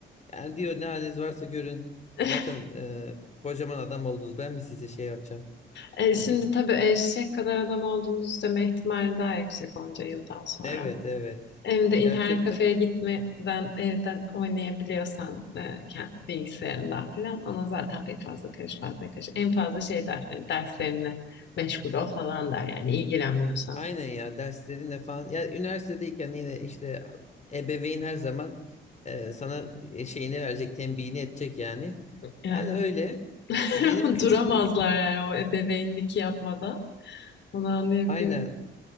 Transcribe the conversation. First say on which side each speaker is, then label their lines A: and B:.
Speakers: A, on the left (about 35°); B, on the left (about 65°).
A: Yani diyor ne haliniz varsa görün.
B: <laughs>
A: Zaten e, kocaman adam oldunuz. Ben mi size şey yapacağım?
B: E,
A: Yani
B: şimdi tabii eşek kadar adam olduğumuzu deme ihtimali daha yüksek onca yıldan sonra.
A: evet evet.
B: Hem de
A: Gerçekten
B: internet kafeye gitmeden evden oynayabiliyorsan e, kend- bilgisayarından falan ona zaten pek fazla karışmaz ne karış. En fazla şey der hani derslerine meşgul ol falan der yani ilgilenmiyorsan.
A: Aynen ya derslerinle falan. Ya üniversitedeyken yine işte ebeveyn her zaman e, sana e, şeyini verecek, tembihini edecek yani.
B: E,
A: Yani öyle.
B: <laughs>
A: Benim küçük
B: Duramazlar
A: bir
B: yani o ebeveynlik yapmadan. Onu anlayabiliyorum.
A: aynen